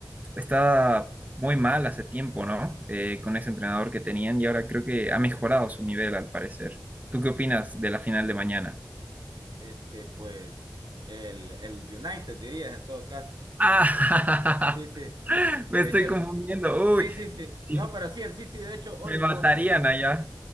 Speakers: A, on the right; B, on the right.
A: está muy mal hace tiempo, ¿no? Eh, con ese entrenador que tenían y ahora creo que ha mejorado su nivel al parecer. ¿Tú qué opinas de la final de mañana?
B: este, pues el, el United dirías en todo caso.
A: Ah,
B: Sí, sí, sí, sí.
A: <laughs> me
B: De
A: estoy
B: hecho, el-
A: confundiendo.
B: sí,
A: Uy,
B: sí, sí.
A: sí,
B: No, pero sí, el City de hecho hoy
A: me
B: jugó.
A: matarían allá.